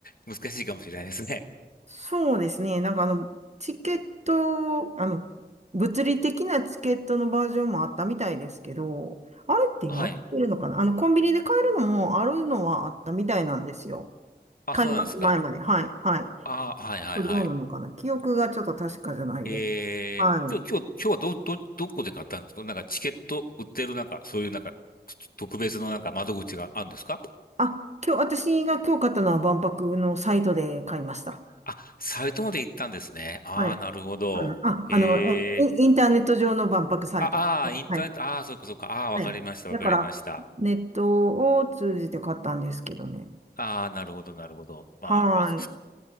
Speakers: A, on the left (about 60°); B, on the right (about 40°).
A: 難しいかもしれないですね。
B: そうですね。なんかあの、チケット、あの、物理的なチケットのバージョンもあったみたいですけど、あれって今売ってるのかなあの、
A: はい。
B: コンビニで買えるのもあるのはあったみたいなんですよ。
A: あ、
B: 開幕前まで。
A: そうなんですか。
B: はい。はい。
A: ああ、はい、はい、
B: どうなのかな記憶がちょっと確かじゃないです。
A: はい。えー、
B: はい。
A: 今日、今日、今日はど、ど、どこで買ったんですかなんかチケット売ってるなんか、そういうなんか、と特別のなんか窓口があるんですか
B: あ、今日、私が今日買ったのは万博のサイトで買いました。
A: あ、サイトまで行ったんですね。ああ、
B: はい。
A: なるほど。
B: あの、あ、
A: へえ。
B: あの、えインインターネット上の万博サイト。
A: ああー、インターネット、
B: はい。
A: ああ、そうかそうか。ああ、わかりました、
B: はい。だから、
A: わかりました。
B: ネットを通じて買ったんですけどね。
A: ああ、なるほど、なるほど。まあ、
B: はい。